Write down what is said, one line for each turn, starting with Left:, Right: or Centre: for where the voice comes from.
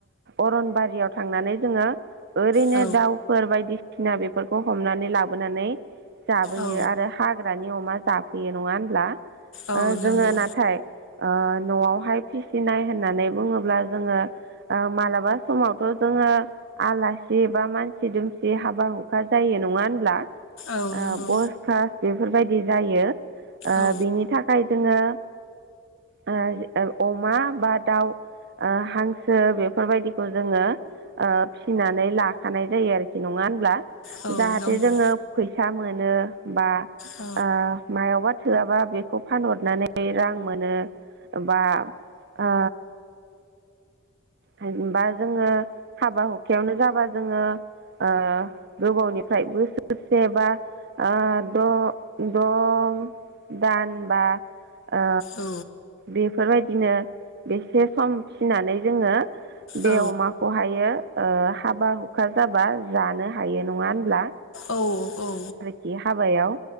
Right: अरनबारियाव थांनानै जोङो। ओरैनो
Left: औ
Right: दाउफोर बायदिसिना बेफोरखौ हमनानै लाबोनानै जाबोयो
Left: औ
Right: आरो। हाग्रानि अमा जाफैयो नङा होनब्ला
Left: औ
Right: ओ
Left: नंगौ
Right: जोङो नाथाय ओ। न'आवहाय फिसिनाय होननानै बुङोब्ला जोङो। ओ मालाबा समावथ' जोङो। आलासि बा मानसि दुमसि हाबा हुखा जायो नङा होनब्ला।
Left: औ
Right: ओ
Left: नंगौ
Right: बस कास बेफोरबायदि जायो ओ
Left: औ
Right: बिनि थाखाय जोङो। ओ ओ अमा बा दाउ ओ हांसो बेफोरबायदिखौ जोङो। ओ फिसिनानै लाखानाय जायो आरोखि नङा होनब्ला।
Left: औ
Right: जाहाथे
Left: नंगौ
Right: जोङो फैसा मोनो बा
Left: औ
Right: ओ मायावबा। थोआबा बेखौ फानहरनानै रां मोनो बा ओ। हाय बा जोङो हाबा हुखायावनो जाबा जोङो। ओ गोबावनिफ्राय बोसोरसे बा। ओ द' द' दानबा। ओ
Left: औ
Right: बेफोरबायदिनो बेसे सम फिसिनानै जोङो। बे
Left: औ
Right: अमाखौहायो हाबा हुखा जाबा जानो हायो नङा होनब्ला।
Left: औ औ।
Right: बे हाबायाव